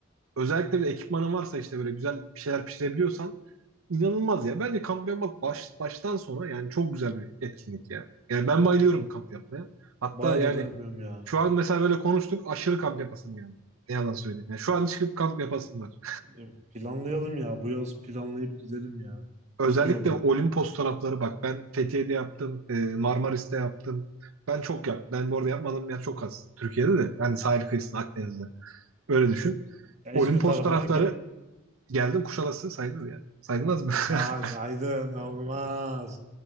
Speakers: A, on the right; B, on the right.
A: Özellikle bir de ekipmanın varsa işte böyle güzel bir şeyler pişirebiliyorsan inanılmaz ya. Bence kamp yapmak baş, baştan sona yani çok güzel bir etkinlik ya. Yani ben bayılıyorum
B: E,
A: kamp yapmaya. Hatta
B: Bayağıdır
A: yani
B: da yapmıyorum ya.
A: şu an mesela böyle konuştuk aşırı kamp yapasım yani. Ne yalan söyleyeyim. Yani şu an çıkıp kamp yapasım var.
B: E, Planlayalım ya. Bu yaz planlayıp gidelim ya.
A: Özellikle
B: Çok iyi olur
A: Olimpos
B: bence.
A: tarafları bak ben Fethiye'de yaptım, e, Marmaris'te yaptım. Ben çok yap. Ben bu arada yapmadığım yer çok az. Türkiye'de de yani sahil kıyısında Akdeniz'de. Öyle düşün.
B: Ya
A: Olimpos
B: İzmir tarafına
A: tarafları
B: ge-
A: geldim Kuşadası sayılır yani. Sayılmaz mı?
B: Ya
A: <laughs>
B: Aydın olmaz.